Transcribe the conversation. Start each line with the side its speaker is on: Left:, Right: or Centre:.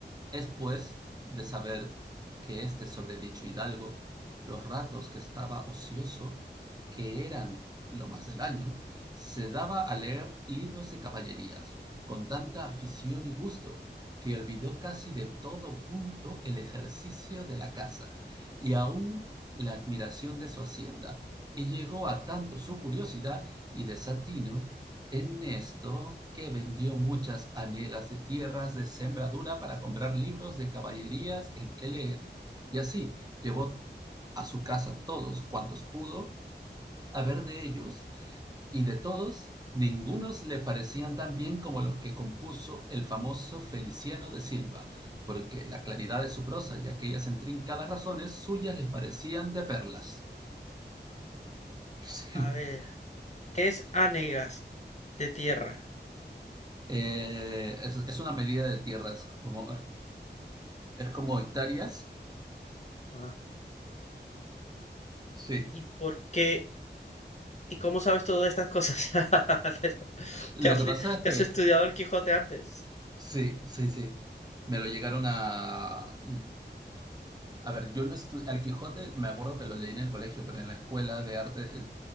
Right: Es pues de saber que este sobredicho hidalgo, los ratos que estaba ocioso, que eran lo más del año, se daba a leer libros de caballerías, con tanta afición y gusto, que olvidó casi de todo punto el ejercicio de la casa y aún la admiración de su hacienda, y llegó a tanto su curiosidad y desatino en esto, que vendió muchas hanegas de tierras de sembradura para comprar libros de caballerías en que leer, y así llevó a su casa todos cuantos pudo a ver de ellos, y de todos ningunos le parecían tan bien como los que compuso el famoso Feliciano de Silva, porque la claridad de su prosa y aquellas intrincadas razones suyas les parecían de perlas. <laughs>
Left: A ver, ¿qué es anegas de tierra?
Right: Sí. Eh, es, es una medida de tierras, como, es como hectáreas,
Left: Ajá.
Right: Sí.
Left: ¿Y por qué? ¿Y cómo sabes todas estas cosas? <laughs> ¿Te
Right: Lo
Left: te has,
Right: que
Left: le-
Right: pasa es
Left: te
Right: que
Left: has estudiado el Quijote antes?
Right: Sí, sí, sí. Me lo llegaron a... A ver, yo no estudié... Al Quijote me acuerdo que lo leí en el colegio, pero en la escuela de arte eh,